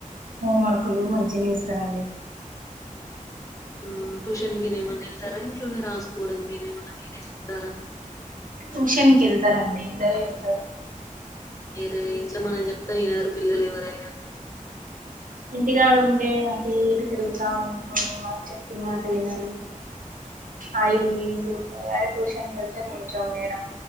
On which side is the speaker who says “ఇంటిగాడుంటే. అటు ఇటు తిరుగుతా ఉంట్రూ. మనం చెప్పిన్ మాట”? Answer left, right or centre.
Right